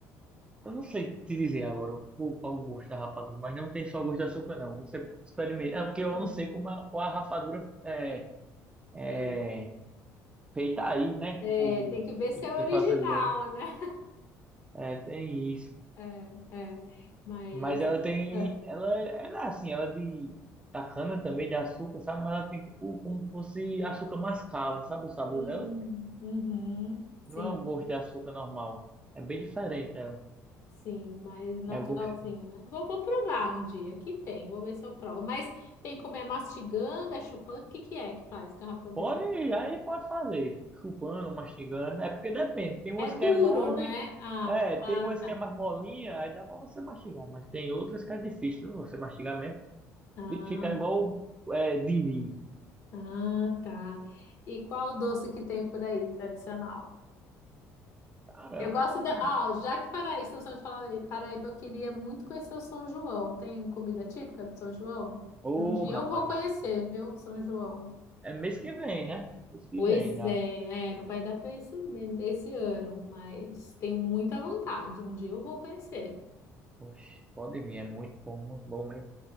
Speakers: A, on the right; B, on the left.
A: Eu não sei te dizer agora o- qual o gosto da rapadura, mas não tem só gosto de açúcar, não. Você experimenta. É porque eu
B: Hum,
A: não sei como a, qual a rapadura é, é
B: é,
A: feita aí, né? Que
B: É,
A: o povo
B: tem que ver se
A: tem
B: é
A: tem
B: original,
A: facilidade.
B: né?
A: É, tem isso.
B: É, é. Mas.
A: Mas ela tem.
B: é.
A: Ela, ela assim, ela é de. Da cana também, de açúcar, sabe? Mas ela tem tipo como se fosse açúcar mascavo, sabe? O sabor
B: Hum,
A: dela.
B: uhum, sim.
A: Não é um gosto de açúcar normal. É bem diferente ela.
B: Sim, mais naturalzinho,
A: É gostoso.
B: né? Vou, vou provar um dia, que tem, vou ver se eu provo. Mas tem como é mastigando, é chupando, o que que é que faz garrafa dura?
A: Pode, aí pode fazer. Chupando, mastigando. É porque depende. Tem umas
B: É duro,
A: que é mole.
B: né? Ah,
A: É, tem
B: ah,
A: umas
B: tá.
A: que é mais molinha, aí dá pra você mastigar. Mas tem outras que é difícil viu? você mastigar mesmo.
B: Ah,
A: Tem que ficar igual é, din-din.
B: ah, tá. E qual doce que tem por aí, tradicional?
A: Cara,
B: Eu
A: eu
B: gosto
A: acho
B: da...
A: que.
B: Ah, já que Paraíba, estamos falando de Fala- Paraíba, eu queria muito conhecer o São João. Tem comida típica de São João?
A: Ô,
B: Um dia
A: rapaz.
B: eu vou conhecer, viu, São João?
A: É mês que vem, né? Mês que
B: Pois
A: vem já.
B: é, é, não vai dar para esse, esse ano, mas tenho muita vontade. Um dia eu vou conhecer.
A: Oxe, pode vir, é muito bom, muito bom mesmo.